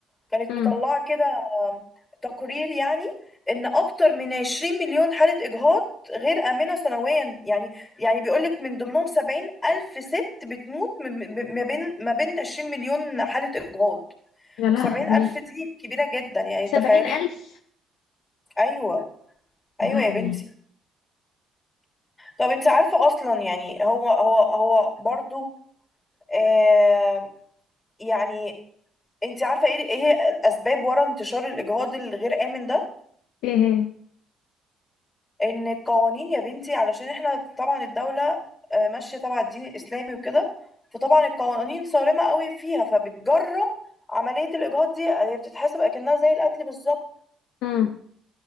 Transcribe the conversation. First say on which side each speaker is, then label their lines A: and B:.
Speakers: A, on the left (about 25°); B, on the left (about 70°).
A: كانت
B: امم
A: مطلعة كده تقرير يعني ان اكتر من 20 مليون حالة اجهاض غير آمنة سنويا يعني يعني بيقولك من ضمنهم 70 الف ست بتموت من- من- ما بين ما بين 20 مليون حالة اجهاض
B: يا لهوي
A: 70 الف دي كبيرة جدا يعني
B: سبعين
A: تخيلي
B: ألف
A: ايوه ايوه
B: يا لهوي
A: يا بنتي طب انت عارفة اصلا يعني هو هو هو برضو آه يعني انت عارفة ايه ايه هي الاسباب ورا انتشار الاجهاض الغير آمن ده
B: ايه
A: ان القوانين يا بنتي علشان احنا طبعا الدولة آه، ماشية طبعا الدين الاسلامي وكده فطبعا القوانين صارمة قوي فيها فبتجرم عملية الاجهاض دي هي بتتحسب اكنها زي القتل بالظبط
B: امم